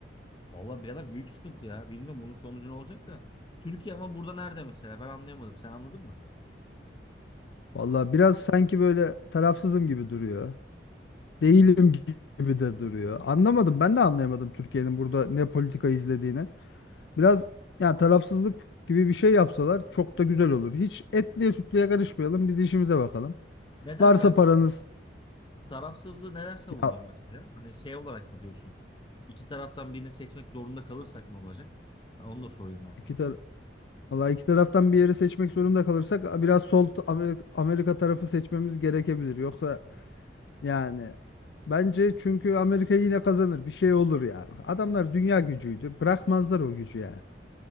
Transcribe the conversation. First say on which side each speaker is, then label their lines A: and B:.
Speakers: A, on the left (about 25°); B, on the left (about 70°).
A: Vallahi birader büyük sıkıntı ya. Bilmiyorum bunun sonucu ne olacak da. Türkiye ama burada nerede mesela? Ben anlayamadım. Sen anladın mı?
B: Vallahi biraz sanki böyle tarafsızım gibi duruyor. Değilim gibi de duruyor. Anlamadım. Ben de anlayamadım Türkiye'nin burada ne politika izlediğini. Biraz yani tarafsızlık gibi bir şey yapsalar çok da güzel olur. Hiç etliye sütlüye karışmayalım. Biz işimize bakalım.
A: Neden
B: Varsa
A: kanka
B: paranız
A: Tarafsızlığı neler savunuyorsun
B: ya
A: mesela? Hani şey olarak mı diyorsun? İki taraftan birini seçmek zorunda kalırsak ne olacak? Ha, onu da sorayım ben sana.
B: iki tar Vallahi iki taraftan bir yeri seçmek zorunda kalırsak biraz sol t- Amerika, Amerika tarafı seçmemiz gerekebilir. Yoksa yani Bence çünkü Amerika yine kazanır. Bir şey olur ya. Adamlar dünya gücüydü. Bırakmazlar o gücü ya.